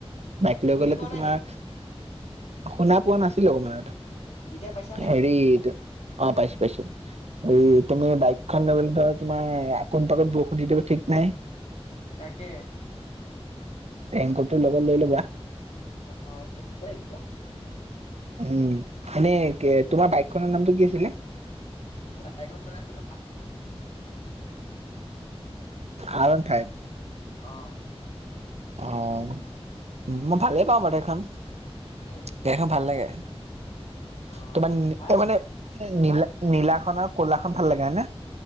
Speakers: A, on the right; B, on the left.
A: বাইক লৈ
B: শুনি
A: গ'লেতো
B: পোৱা নাই
A: তোমাৰ।
B: নেকি
A: শুনা পোৱা নাছিলো অকমান
B: এতিয়া পাইছানে
A: হেৰি অ পাইছো পাইছো এই তুমি বাইকখন লৈ গলে ধৰা তোমাৰ আকোন পাকত বৰষুণ দিব। ঠিক নাই।
B: তাকে।
A: ৰেংকোটটোৰ লগত লৈ ল'বা।
B: <unintelligible>
A: উম এনেই তোমাৰ বাইক খনৰ নামটো কি আছিলে।
B: <unintelligible> <unintelligible>
A: আৰু ওৱান ফাইভ,
B: অ।
A: অ মই ভালেই পাওঁ বাৰু এইখন।
B: উম।
A: গাড়িখন ভাল লাগে
B: অ',
A: তোমাৰ
B: ভাল
A: মানে। নীলা নীলা খন আৰু ক'লাখন ভাল লাগে হয় নে?